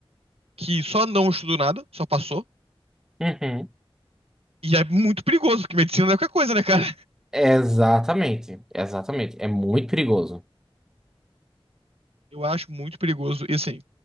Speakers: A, on the right; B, in the centre.
A: que só não estudou nada, só passou.
B: Uhum.
A: E é muito perigoso, porque medicina não é qualquer coisa, né, cara?
B: Exatamente, exatamente. É muito perigoso.
A: Eu acho muito perigoso. E assim,